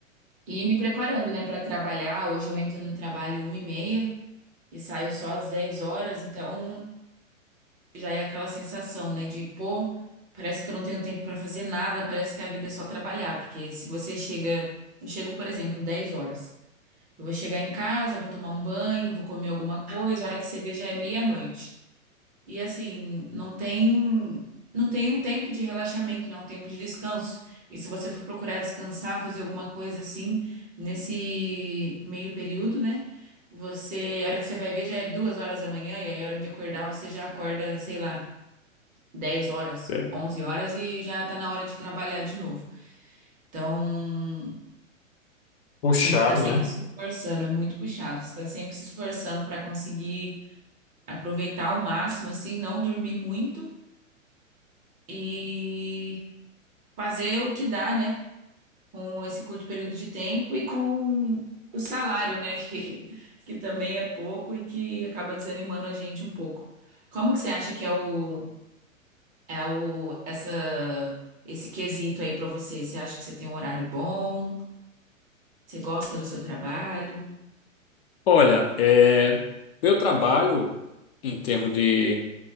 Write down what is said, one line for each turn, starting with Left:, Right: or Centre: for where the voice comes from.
Right: E me preparando, né, para trabalhar. Hoje eu entro no trabalho uma e meia e saio só às 10 horas, então já é aquela sensação, né, de pô, parece que eu não tenho tempo para fazer nada, parece que a vida é só trabalhar, porque se você chega, eu chego, por exemplo, 10 horas. Eu vou chegar em casa, vou tomar um banho, vou comer alguma coisa, a hora que você vê já é meia-noite. E assim, não tem não tem um tempo de relaxamento, não, um tempo de descanso. E se você for procurar descansar, fazer alguma coisa assim, nesse meio período, né? Você, a hora que você vai ver já é duas horas da manhã, e aí a hora de acordar você já acorda, sei lá, 10 horas,
Left: É.
Right: 11 horas e já tá na hora de trabalhar de novo. Então,
Left: Puxado,
Right: tem que estar sempre
Left: né?
Right: se esforçando, é muito puxado. Você está sempre se esforçando para conseguir aproveitar ao máximo, assim, não dormir muito. E fazer o que dá, né? Com esse curto período de tempo e com o salário, né? <laughs> Que, que também é pouco e que acaba desanimando a gente um pouco. Como que você acha que é o, é o, essa, esse quesito aí pra você? Você acha que você tem um horário bom? Você gosta do seu trabalho? O
Left: Olha, é, meu trabalho em termos de,